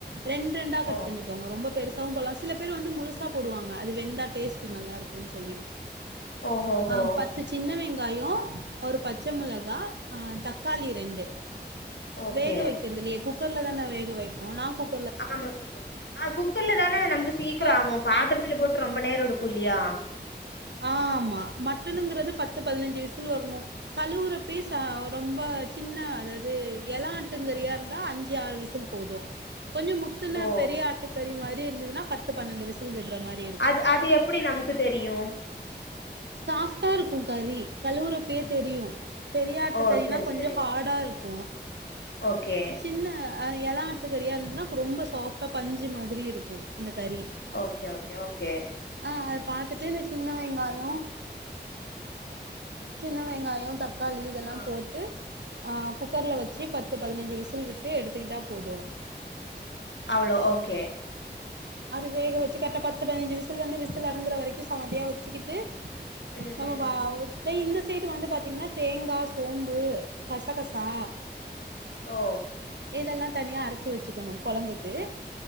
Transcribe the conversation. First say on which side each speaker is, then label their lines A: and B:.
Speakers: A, on the right; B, on the left.
A: ரெண்ட்ரெண்டா கட்
B: ஓ
A: பண்ணி க்கோங்க ரொம்ப பெருசாவு போலா சில பேர் வந்து முழுசா போடுவாங்க அது வெந்தா டேஸ்ட்டு நல்லா இருக்குன் சொல்லி
B: ஓஹோஹோ
A: ஆ பத் து சின்ன வெங்காயோ ஒரு பச்ச மொளகா ஆ தக்காளி ரெண்டு
B: ஓகே
A: வேக வக்கிறதுலே குக்கர்ல தான வேக வைப்போ நா குக்
B: ஆமா சிஸ்டர் ஆ குக்கர்ல தான நமக்கு சீக்ரோ
A: போ
B: ஆவு பாத்துரத்துல போட்டு ரொம்ப நேர எடுக்கு இல்லையா
A: ஆமா மட்டனுங்குறது பத்து பதினஞ்சு விசில் வர்ணு கழுவுரப்பே ச ரொம்ப சின்ன அதாது எல ஆட்ங்கறியா இருந்தா அஞ்சு ஆறு விசில் போது கொஞ்சோ முத்துன
B: ஓ
A: பெரிய ஆட்டுக்கறி மாரி இருந்ததுன்னா பத்து பன்னெண்டு விசில் விட்ற மாரி
B: அத் அது எப்டி நமக்கு தெரியு
A: சாஃப்டா இருக்கு கறி கழுவுறப்பயே தெரியு பெரிய ஆட்டு
B: ஓ
A: கறினா
B: செரி
A: கொஞ்சோ
B: செரி
A: ஹாட்டா இருக்கு
B: ஓகே
A: சின்ன ஆ எல ஆட்டு கறியா இருந்துதுன்னா ரொம்ப சாஃப்ட்டா பஞ்சு மாதிரி இருக்கு அந்த கறி
B: ஓகே ஓகே ஓகே
A: ஆ அத பாத்துட்டு இந்த சின்ன வெங்காயோ சின்ன வெங்காயோ தக்காளி இதெல்லா
B: ஆ
A: போட்டு ஆ குக்கர்ல வச்சு பத்து பதினஞ்சு விசில் விட்டு எடுத்துக்கிட்டா போது
B: அவ்ளோ ஓகே
A: அது வேக வச்சு கரெட்டா பத்து பதினஞ்சு விசல் வந்து விசில் அடங்குற வரைக்கு சமதியா வச்சுக்கிட்டு
B: ம்
A: நம்ம
B: ம்
A: வா இந்த சைடு வந்து பாத்தீங்கன்னா தேங்கா சோம்பு கசகசா
B: ஓ
A: இதெல்லா தனியா அரச்சு வச்சுக்கணு கொழம்புக்கு